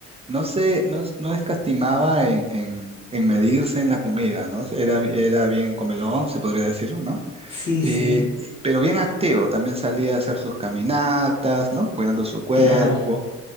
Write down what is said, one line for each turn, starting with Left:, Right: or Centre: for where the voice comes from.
Right: No sé, no, no escatimaba en, en- en medirse en la comida, ¿no? Era, era bien comelón, se podría decir, ¿no?
Left: sí,
Right: Eh,
Left: sí,
Right: pero bien activo, también salía a hacer sus caminatas, ¿no? Cuidando su cuerpo.
Left: claro.